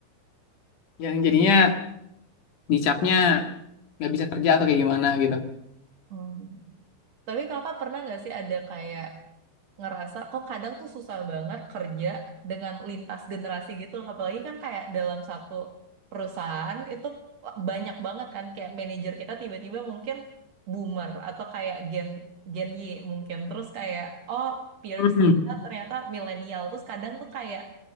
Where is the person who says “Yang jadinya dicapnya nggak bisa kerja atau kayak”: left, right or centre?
Left